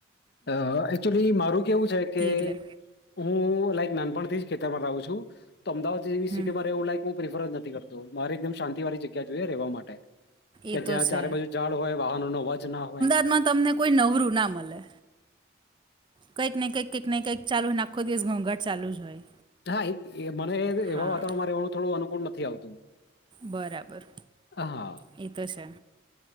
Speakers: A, on the left; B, on the right.
A: અ એકચુલી મારું કેવું છે કે
B: એટલે
A: હું લાઈક નાનપણથી જ ખેતરમાં રહું છું, તો અમદાવાદ જેવી
B: હમ
A: સિટીમાં રહેવું લાઈક હુ પ્રિફરજ નથી કરતો, મારે એકદમ શાંતિ વાળી જગ્યા જોઈએ રહેવા માટે. કે
B: એ તો
A: જ્યાં
B: છે
A: ચારે બાજુ ઝાડ હોય, વાહનો નો અવાજ ના હોય.
B: માં તમને કોઈ નવરું ના મળે. કંઈકને કેક કેક ને કેક ચાલુ ને આખો દિવસ ઘોંઘાટ ચાલુ જ હોય.
A: થાય, એ મને
B: હા
A: એવા વાતાવરણ માં રહેવાનું થોડું અનુકૂળ નથી આવતું.
B: બરાબર,
A: હા
B: એ તો છે.